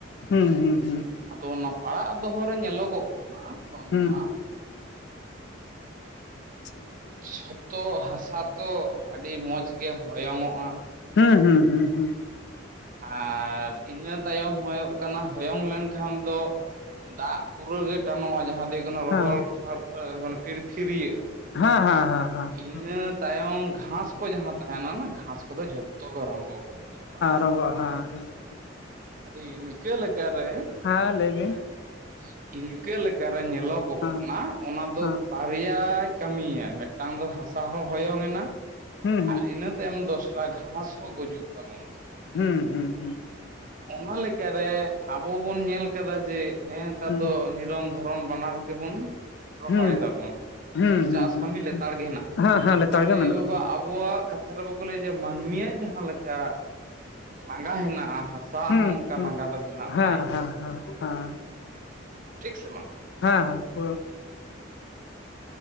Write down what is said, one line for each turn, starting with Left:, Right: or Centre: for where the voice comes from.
Left: ᱦᱩᱸ ᱦᱩᱸ ᱦᱩᱸ
Right: ᱟᱫᱚ ᱚᱱᱟ ᱯᱟᱲᱟᱜ ᱫᱚᱦᱚ ᱨᱮ ᱧᱮᱞᱚᱜᱚᱜ ᱠᱟᱱᱟ ᱵᱟᱝᱢᱟ
Left: ᱦᱩᱸ ᱦᱩᱸ
Right: ᱡᱷᱚᱛᱚ ᱦᱟᱥᱟ ᱛᱚ ᱟᱹᱰᱤ ᱢᱚᱡᱽ ᱜᱮ ᱦᱚᱭᱚᱝ ᱚᱜᱼᱟ᱾
Left: ᱦᱩᱸ ᱦᱩᱸ ᱦᱩᱸ ᱦᱩᱸ᱾
Right: ᱟᱨ ᱤᱱᱟᱹ ᱛᱟᱭᱚᱢ ᱦᱩᱭᱩᱜ ᱠᱟᱱᱟ ᱦᱚᱭᱚᱝ ᱞᱮᱱᱠᱷᱟᱱ ᱫᱚ ᱫᱟᱜ ᱯᱩᱨᱟ ᱜᱮ ᱴᱟᱱᱚᱜᱼᱟ ᱡᱟᱦᱟᱸ ᱫᱚ ᱦᱩᱭᱩᱜ ᱠᱟᱱᱟ ᱨᱚᱦᱚᱲ
Left: ᱦᱮᱸ ᱦᱮᱸ ᱦᱮᱸ ᱦᱮᱸ
Right: ᱯᱷᱟᱲᱻ ᱯᱷᱟᱲ ᱯᱷᱤᱨ ᱯᱷᱤᱨᱟᱹᱜ
Left: ᱦᱮᱸ ᱦᱮᱸ ᱦᱮᱸ ᱦᱮᱸ
Right: ᱤᱱᱟᱹ ᱛᱟᱭᱚᱢ ᱜᱷᱟᱥ ᱠᱚ ᱡᱟᱦᱟᱸ ᱛᱟᱦᱮᱱᱟ ᱜᱷᱟᱥ ᱠᱚᱫᱚ ᱡᱷᱚᱛᱚ ᱜᱮ ᱨᱚᱝ ᱪᱟᱵᱟᱜᱼᱟ
Left: ᱨᱚᱝᱜᱚᱜᱼᱟ ᱦᱮᱸᱮᱸ <unintelligible>
Right: ᱟᱫᱚ ᱤᱱᱠᱟ ᱞᱮᱠᱟᱨᱮ
Left: ᱦᱮᱸ ᱞᱟᱹᱭ ᱵᱤᱱ
Right: ᱦᱮᱸ ᱤᱱᱠᱟᱹ ᱞᱮᱠᱟ ᱨᱮ ᱧᱮᱞᱚᱜᱚᱜ
Left: ᱦᱮᱸ
Right: ᱠᱟᱱᱟ ᱚᱱᱟ ᱫᱚ
Left: ᱦᱮᱸ
Right: ᱵᱟᱨᱭᱟᱭ ᱠᱟᱹᱢᱤᱭᱟ ᱢᱤᱫᱴᱟᱝ ᱫᱚ ᱦᱟᱥᱟ ᱦᱚᱸ ᱦᱚᱭᱚᱝ ᱮᱱᱟ
Left: ᱦᱩᱸ
Right: ᱟᱨ ᱤᱱᱟᱹ ᱛᱟᱭᱚᱢ ᱫᱚᱥᱨᱟ ᱜᱷᱟᱥ ᱦᱚᱸ ᱜᱩᱡᱩᱜ ᱛᱟᱵᱚᱱᱟ
Left: ᱦᱩᱸ ᱦᱩᱸ ᱦᱩᱸ
Right: ᱚᱱᱟ ᱞᱮᱠᱟᱨᱮ ᱟᱵᱚ ᱵᱚᱱ ᱧᱮᱞ ᱠᱟᱫᱟ ᱡᱮ ᱱᱮᱜ ᱱᱮᱛᱟᱨ
Left: ᱦᱩᱸ
Right: ᱫᱚ ᱱᱤᱨᱚᱱᱫᱚᱱ ᱫᱷᱚᱨᱚᱱ <unintelligible> ᱵᱟᱱᱟᱨ ᱨᱮᱜᱮ ᱵᱚᱱ ᱨᱚᱦᱚᱭ
Left: ᱦᱩᱸ
Right: ᱫᱟᱵᱚᱱ
Left: ᱦᱩᱸ
Right: ᱥᱮ
Left: ᱦᱩᱸ
Right: ᱪᱟᱥ
Left: ᱦᱩᱸ
Right: ᱠᱟᱹᱢᱤ ᱞᱮᱛᱟᱲ ᱜᱮ ᱦᱮᱱᱟᱻᱟ
Left: ᱦᱮᱸ ᱦᱮᱸ ᱞᱮᱛᱟᱲ
Right: ᱟᱨᱮ
Left: ᱜᱮ ᱢᱮᱱᱟᱜᱼᱟ
Right: ᱵᱟᱵᱟ ᱚᱵ ᱟᱵᱚᱣᱟᱜ ᱠᱟᱛᱷᱟ ᱨᱮ ᱵᱟᱚᱠᱚ ᱞᱟᱹᱭᱟ ᱡᱮ ᱢᱟᱹᱱᱢᱤᱭᱟᱜ ᱡᱟᱦᱟᱸ ᱞᱮᱠᱟ ᱞᱟᱸᱜᱟ ᱦᱮᱱᱟᱜᱼᱟ ᱦᱟᱥᱟ ᱥᱟ
Left: ᱦᱩᱸ
Right: ᱦᱚᱸ <unintelligible> ᱚᱱᱠᱟ
Left: ᱦᱩᱸ
Right: ᱞᱟᱸᱜᱟ ᱫᱚ ᱦᱮᱱᱟᱜ
Left: ᱦᱮᱸ
Right: ᱛᱟᱭ ᱜᱮᱭᱟ
Left: ᱦᱮᱸ ᱦᱮᱸ ᱦᱮᱸ
Right: ᱴᱷᱤᱠ ᱥᱮ ᱵᱟᱝ
Left: ᱦᱮᱸ ᱦᱮᱸ ᱯᱟᱹ